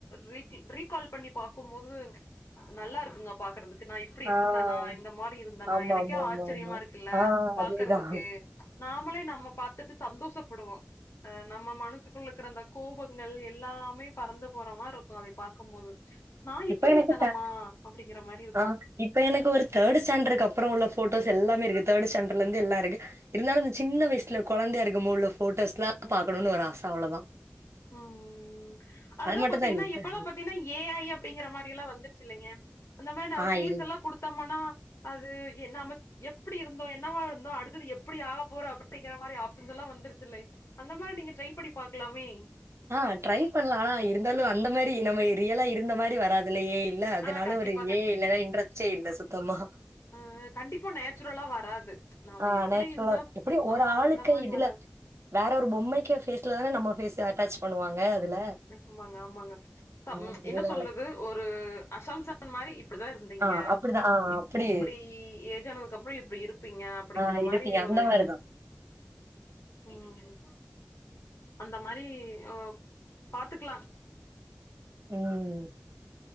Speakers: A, on the left; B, on the right.
A: ரீதி ரீகால் பண்ணி பாக்கும்போது நல்லா இருக்குங்க பாக்கறதுக்கு நா இப்புடி
B: ஆ.
A: இருந்தன்னா இந்த மாரி இருந்தன்னா
B: ஆமா
A: எனக்கே
B: ஆமா ஆமா
A: ஆச்சரியமா
B: ஆமா
A: இருக் அ
B: ஆ
A: பாக்கறதுக்கு
B: அதேதான்
A: நாமளே நம்ம பாத்துட்டு சந்தோஷப்படுவோ அ நம்ம மனசுக்குள்ள இருக்கற அந்த கோவங்கள் எல்லாமே பறந்து போற மார் இருக் கு அதைய பாக்கும் போது நா இப்படி
B: இப்ப எனக்கு
A: இருந்தன்னம்மா
B: த
A: அப்படிங்கற மாரி இருக்கு
B: ஆ இப்ப எனக்கு ஒரு தேர்டு ஸ்டாண்டர்கு அப்பறோ உள்ள போட்டோஸ் எல்லாமே இருக்கு தேர்டுஸ்டாண்டர்லருந்து எல்லா இருக்கு இருந்தாலு அந்த சின்ன வயசுல கொழந்தையா இருக்குமுள்ள போட்டோஸ்லா பாக்கணும்னு ஒரு ஆச அவ்வளதா
A: ம் ம் ம் அதுதா
B: மட்டும்
A: பாத்திங்கன்னா
B: தான் இல்ல.
A: இப்பல்லா பாத்திங்கன்னா ஏ ஐ அப் டிங்கற மாரியலா வந்துருச்சு இல்லைங்க அந்த மாரி நம்ம
B: ஆ
A: பேஸ்
B: இல்
A: எல்லா குடுத்தம்மன்னா அது என்னாம எப்படி இருந்தோ என்னவா இருந்தோ அடுத்தது எப்படி ஆக போறோ அப்படிக்கற மாரி ஆப்ஷன்ஸ் எல்லா வந்துருச்சில் அந்த மாரி நீங்க ட்ரை பண்ணி பாக்கலாமே
B: ஆ ட்ரை பண்ணலா அனா இருந்தாலு அந்த மாரி நம்ம ரியலா இருந்த மாரி வராது அதுல ஏ ஐ இல்ல அதனால
A: ஆனா கண்டிப்பா
B: ஒரு ஏ ஐ இல்லன்னா இன்றச்சே இல்ல சுத்தமா
A: ம் ம் கண்டிப்பா நேச்சுரலா வராது நாம
B: ஆ
A: எப்டி
B: நேச்சுரலா
A: இருந்தா
B: இருக்கு எப்படியு ஒரு ஆளுக்கு
A: அந்த மாரி
B: இதுல
A: வராது
B: வேற ஒரு பொம்மைக்கு ஃபேஸ்ல தானே நம்ம ஃபேச அட்டேச் பண்ணுவாங்க அதுல
A: ஆமாங்க ஆமாங்க தம்
B: ஆ அதுதான்
A: என்ன சொல்றது ஒரு அசம்சன் உன் மாரி இப்பதா இருந்திங்க
B: ஆ அப்படிதான். ஆ
A: இப்புடி
B: அப்படி
A: ஏஜ் ஆனதுக்கு அப்பறோ இப்ப இருப்பிங்க அப்படிங்கற
B: ஆ
A: மாரி
B: இருப்பீங்க.
A: ஒரு
B: அந்த மாரிதான்.
A: <inaudible> அந்த மாரி ஓ பாத்துக்கல
B: ம்